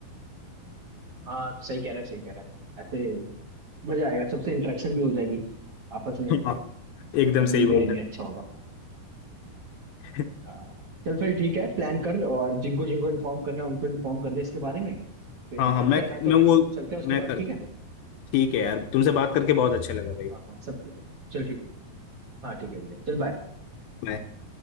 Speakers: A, on the right; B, on the left.
A: हाँ सही कह रहा है सही कह रहा है ऐसे मजा आएगा सबसे इंटरेक्शन भी हो जाएगी आपस में
B: हाँ एकदम
A: सब
B: सही
A: मिल
B: बोल
A: भी लेंगे
B: रहे
A: अच्छा होगा
B: हो।
A: हाँ। चल फिर ठीक है प्लान कर और जिनको जिनको इन्फॉर्म करना है उनको इन्फॉर्म कर दे इसके बारे में फिर
B: हाँ हाँ
A: चलते
B: मैं
A: हैं मैं तो
B: मैं
A: इन
B: वो
A: हूँ चलते हैं उसके
B: मैं
A: बाद
B: कर
A: ठीक
B: दूंगा
A: है
B: ठीक है यार तुमसे बात करके बहुत अच्छा लगा भाई
A: हाँ हाँ सब चल ठीक हाँ ठीक है ठीक है चल बाय
B: बाय